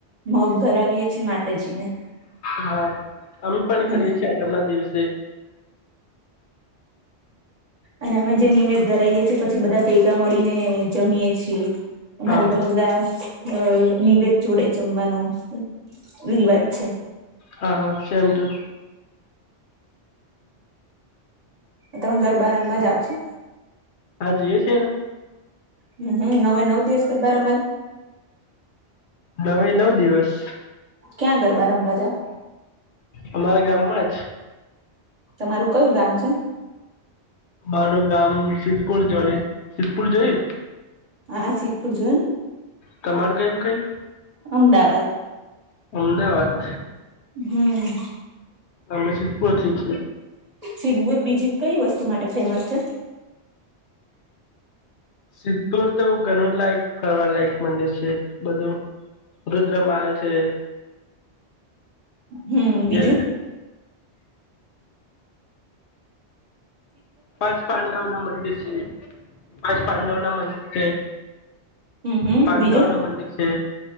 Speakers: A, on the right; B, on the left.
A: મગ ધરાવીએ છીએ માતાજીને
B: હા અમે પણ કરીએ
A: અને
B: છીએ આઠમ ના દિવસે
A: અને અમે જે નિવેદ ધરાઈએ છીએ પછી બધા ભેગા મળીને જમીએ છીએ અમારે
B: હા
A: ઘરમા બધા અ નિવેદ જોડે જમવાનું ર વાત છે.
B: હા હા સેમ ટુ.
A: તમે ગરબા રમવાા જાવ છો?
B: હાજીએ છેન
A: હમ હમ નવે નવ દિવસ ગરબા રમવા
B: નવે નવ દિવસ
A: ક્યાં ગરબા રમવા જાવ
B: અમારા ગામમાં જ
A: તમારું કયું ગામ છે?
B: મારું ગામ સિદ્ધપુર જોય સિદ્ધપુર જોયું?
A: હા સિદ્ધપુર જોયુ.
B: તમારું ગમ કઈ?
A: અમદાવાદ.
B: અમદાવાદ.
A: હમ.
B: અમે શી પથી છ.
A: સિબુર બીજી કઈ વસ્તુ માટે ફેમસ છે?
B: સિદ્ધપુર તો ઘણું જ લાયક ફરવા લાયક મંદિર છે. બધું રુદ્ર માલ છે.
A: હમ. બીજું?
B: જે
A: હ.
B: પાંચ પાંડવ ના મંદિર છે. પાંચ પાંડવ ના મંદિર છે.
A: હમ હમ
B: પાંડવ
A: બીજું
B: ના મંદિર છે.